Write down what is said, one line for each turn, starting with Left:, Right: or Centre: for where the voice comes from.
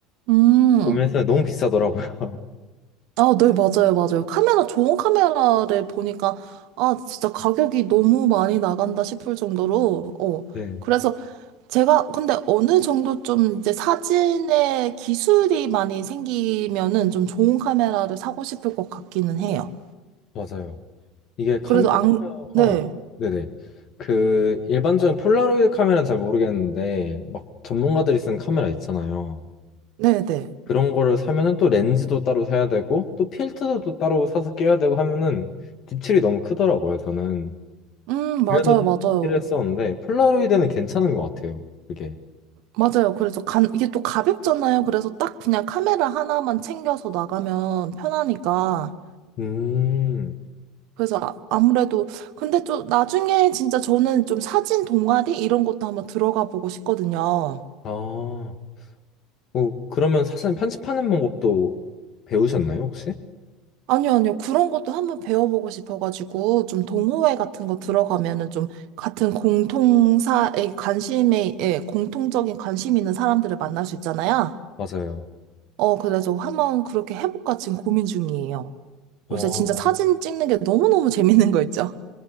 Right: 음,
Left: 구매했는데 너무 비싸더라고요. <laughs>
Right: 아, 네, 맞아요, 맞아요. 카메라, 좋은 카메라를 보니까, 아, 진짜 가격이 너무 많이 나간다 싶을 정도로, 어.
Left: 네,
Right: 그래서 제가 근데 어느 정도 좀 이제 사진에 기술이 많이 생기면은 좀 좋은 카메라를 사고 싶을 것 같기는 해요.
Left: 맞아요. 이게 카메라가
Right: 그래도 안, 네,
Left: 네네 그 일반적인 폴라로이드 카메라는 잘 모르겠는데 막 전문가들이 쓰는 카메라 있잖아요.
Right: 네, 네.
Left: 그런 거를 사면은 또 렌즈도 따로 사야 되고 또 필터도 따로 사서 끼워야 되고 하면은 지출이 너무 크더라고요. 저는
Right: 음, 맞아요,
Left: 그래서
Right: 맞아요.
Left: 필요했었는데 폴라로이드는 괜찮은 것 같아요. 그게
Right: 맞아요. 그래서 간, 이게 또 가볍잖아요. 그래서 딱 그냥 카메라 하나만 챙겨서 나가면 편하니까.
Left: 음
Right: 그래서 아- 아무래도, 근데 좀 나중에 진짜 저는 좀 사진 동아리 이런 것도 한번 들어가 보고 싶거든요.
Left: 아. 어, 그러면 사실 편집하는 방법도 배우셨나요, 혹시?
Right: 아니요, 아니요. 그런 것도 한번 배워보고 싶어가지고, 좀 동호회 같은 거 들어가면은 좀 같은 공통사에 관심에, 예, 공통적인 관심 있는 사람들을 만날 수 있잖아요.
Left: 맞아요.
Right: 어, 그래서 한번 그렇게 해볼까 지금 고민 중이에요.
Left: 어,
Right: 요새 진짜 사진 찍는 게 너무너무 재밌는 거 있죠?